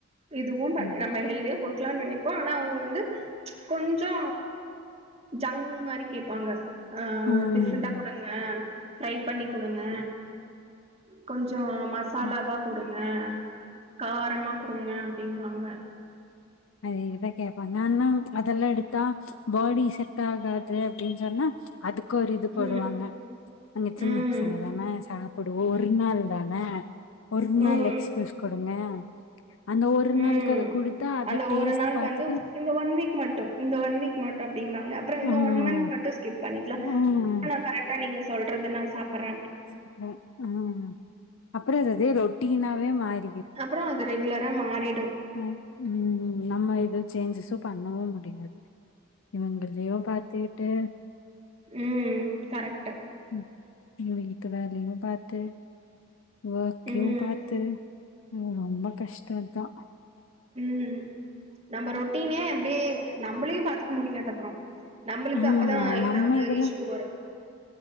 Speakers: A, on the right; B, on the left.
A: இதுவு பட்
B: ம்
A: நம்ம ஹெல்தியா குடுக்கலான்னு நெனைப்போ ஆனா அவுங்க வந்து ம்ச் கொஞ்சொ ஜங் மாரி கேப்பாங்க ஆ
B: ம்
A: டிஃப்ரெண்டா குடுங்க ஃப்ரை பண்ணி குடுங்க கொஞ்சொ மசாலாவா
B: ம்
A: குடுங்க காரமா குடுங்க அப்டிம்பாங்க
B: அதேதா கேப்பாங்க அத நா அதெல்லா எடுத்தா பாடி செட்டாகாது அப்டின்னு சொன்னா அதுக்கு ஒரு இது போடுவாங்க
A: ம்
B: நாங்க சின்ன
A: ம்
B: பசங்க தானே சாப் புடுவோ ஒரு நாள் தானே ஒரு நாள்
A: ம்
B: எக்ஸ்கியூஸ் குடுங்க அந்த ஒரு
A: உம்
B: நாளுக்கு அத குடுத்தா அத
A: அந்த
B: டேஸ்ட்
A: ஒரு நாள்
B: பாத்துட்டு
A: வந்து இந்த ஒன் வீக் மட்டு இந்த ஒன் வீக் மட்டு அப்டின்பாங்க அப்பறோ இந்த
B: ம்
A: ஒன் மந்த் மட்டு ஸ்கிப் பண்ணிக்கலா
B: ம்
A: <unintelligible> கரெக்டா நீங்க சொல்றது நா சாப்புறே
B: சாப்புட்ரே ஆ அப்பறோ அதே ரொட்டினாவே மாறி
A: அப்பறோ அது ரெகுலரா மாறிடு
B: ம் உம் நம்ம எது சேஞ்சஸு பண்ணவு முடியாது இவுங்களேயு பாத்துக்கிட்டு
A: உம் கரெக்ட்டு
B: ஹம் வீட்டு வேலயு பாத்து வோர்கயு
A: ம்
B: பாத்து ரொம்போ கஷ்டோ தா
A: உம் நம்ம ரொட்டினே அப்டியே நம்மளையு பாத்துக்க முடியாது அப்பறோ நம்மளுக்கு
B: ஆ
A: அப்ப தா
B: நம்ம
A: ஏதாவது
B: இதுல
A: இஷ்யூ வரு